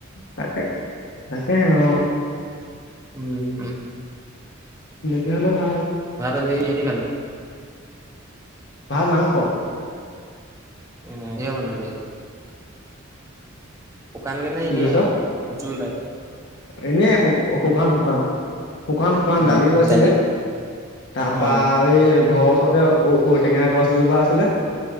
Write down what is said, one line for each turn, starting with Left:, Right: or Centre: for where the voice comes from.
Left: তাকে তাকে হে, অ'
Right: উম।
Left: এনেকি হ'লে ভাল।
Right: <unintelligible> সিহঁতি খালে।
Left: ভাত মাংস।
Right: উম দে বনালি শুকান কে নে
Left: কি
Right: এনেই
Left: কৈছ
Right: জোল টাইপ
Left: এনেই শু শুকান শুকান শুকান শুকান
Right: উম,
Left: দালিও আছিলে
Right: দালি
Left: তাৰপা
Right: অ,
Left: এই ঘৰৰ ওচৰতে ঔ-টেঙা গছ এজোপা আছিলে